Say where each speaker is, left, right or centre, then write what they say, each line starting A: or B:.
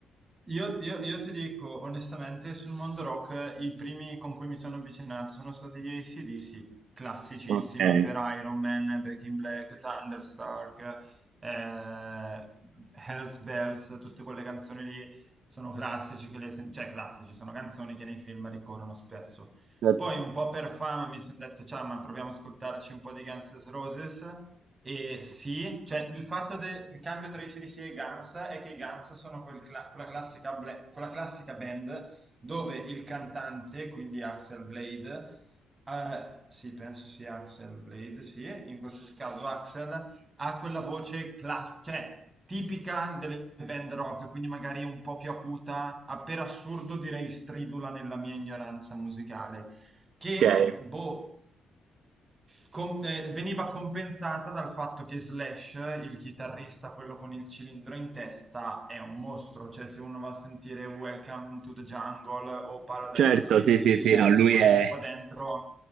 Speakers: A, on the right; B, on the right.
A: Io, io- io ti dico onestamente, sul mondo rock i primi con cui mi sono avvicinato sono stati gli AC/DC, classicissimi
B: Ok,
A: per Iron Man, Back in Black, Thunderstark, eh, Hells Bells, tutte quelle canzoni lì sono classici, che le sen- cioè classici, sono canzoni che nei film ricorrono spesso.
B: certo.
A: Poi un po' per fama mi sono detto, ciao, ma proviamo ad ascoltarci un po' di Guns N' Roses e sì, cioè il fatto del cambio tra i CDC e i Guns è che i Guns sono quel cla- quella classica, bla- quella classica band dove il cantante, quindi Axel Blade, eh, sì, penso sia Axel Blade, sì, in questo caso Axel ha quella voce class- cioè, tipica delle band rock, quindi magari un po' più acuta, a per assurdo direi stridula nella mia ignoranza musicale, che
B: Ok,
A: boh, com- eh, veniva compensata dal fatto che Slash, il chitarrista, quello con il cilindro in testa, è un mostro. Cioè, se uno va a sentire Welcome to the Jungle o Paradise
B: certo,
A: City,
B: sì, sì, sì,
A: gli assoli
B: no, lui è,
A: che fa dentro,